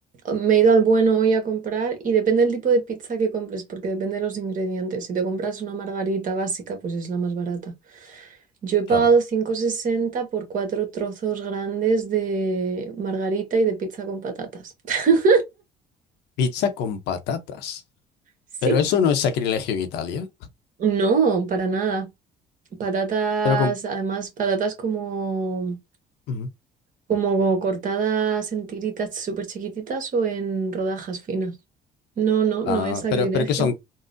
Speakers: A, on the right; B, on the left.
A: me he ido al bueno hoy a comprar y depende del tipo de pizza que compres, porque depende de los ingredientes. Si te compras una margarita básica, pues es la más barata. Yo he pagado
B: claro.
A: cinco sesenta por cuatro trozos grandes de margarita y de pizza con patatas. <laughs>
B: Pizza con patatas.
A: ¿Sí?
B: Pero eso no es sacrilegio en Italia.
A: No, para nada. Patatas,
B: Pero con...
A: además, patatas como,
B: Ujú.
A: como cortadas en tiritas súper chiquititas o en rodajas finas. No, no,
B: Ah,
A: no es sacrilegio.
B: pero, pero que son